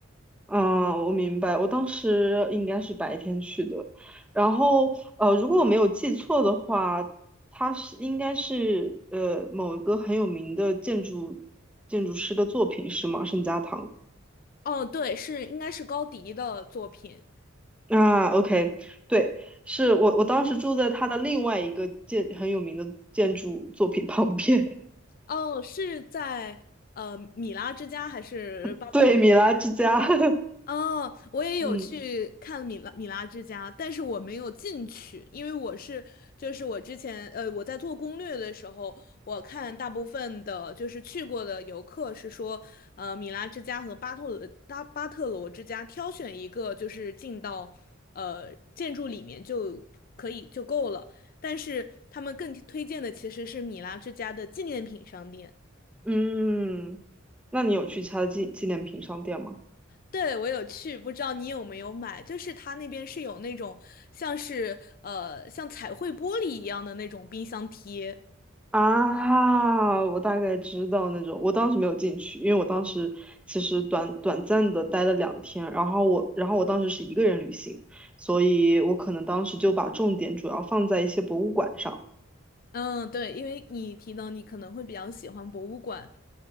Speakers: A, in the centre; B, on the left.
A: 嗯，我明白。我当时应该是白天去的，然后呃，如果我没有记错的话，它是应该是呃某一个很有名的建筑建筑师的作品是吗？圣家堂
B: 哦，对，是应该是高迪的作品。
A: 啊，OK，对，是我我当时住在他的另外一个建很有名的建筑作品旁边，
B: 哦，是在呃米拉之家还是巴特罗？
A: <laughs> 对，米拉之家，<laughs>
B: 哦，我也有去看米拉米拉之家，
A: 嗯。
B: 但是我没有进去，因为我是就是我之前呃我在做攻略的时候，我看大部分的就是去过的游客是说，呃米拉之家和巴特罗巴巴特罗之家挑选一个就是进到呃建筑里面就可以就够了，但是他们更推荐的其实是米拉之家的纪念品商店。
A: 嗯，那你有去其他的纪纪念品商店吗？
B: 对，我有去，不知道你有没有买？就是他那边是有那种像是呃像彩绘玻璃一样的那种冰箱贴。
A: 啊，我大概知道那种，我当时没有进去，因为我当时其实短短暂的待了两天，然后我，然后我当时是一个人旅行，所以我可能当时就把重点主要放在一些博物馆上。
B: 嗯，对，因为你提到你可能会比较喜欢博物馆，